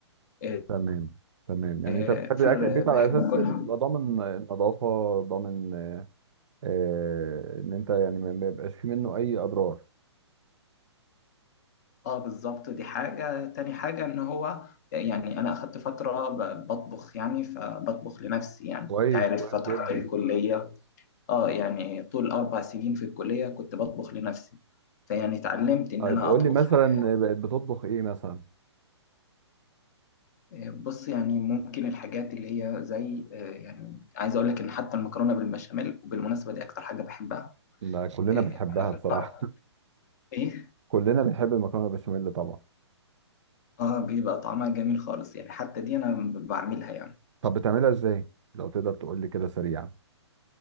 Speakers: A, on the left; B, on the right.
A: آه،
B: تمام تمام يعني
A: آه،
B: انت بتحب
A: كتير
B: اكل البيت
A: بحب
B: على اساس
A: اكلها
B: بتبقى ضامن النظافه ضامن آه آه، ان انت يعني ما ما يبقاش في منه اي اضرار
A: اه بالظبط دي حاجة تاني حاجة ان هو يعني انا اخدت فترة ب- بطبخ يعني فبطبخ لنفسي يعني
B: كويس
A: تعرف
B: كويس
A: فترة
B: جدا
A: الكلية اه يعني طول اربع سنين في الكلية كنت بطبخ لنفسي فيعني اتعلمت ان
B: طيب
A: انا
B: قول
A: اطبخ
B: لي مثلا
A: حاجات
B: بقت بتطبخ ايه مثلا
A: آه، بص يعني ممكن الحاجات اللي هي زي آه، يعني عايز اقول لك ان حتى المكرونة بالبشاميل وبالمناسبة دي اكتر حاجة بحبها
B: ده كلنا
A: آه،
B: بنحبها بصراحه
A: بقى- ايه
B: <laughs> كلنا بنحب المكرونه البشاميل طبعا
A: اه بيبقى طعمها جميل خالص يعني حتى دي انا بعملها يعني
B: طب بتعملها ازاي لو تقدر تقول لي كده سريعا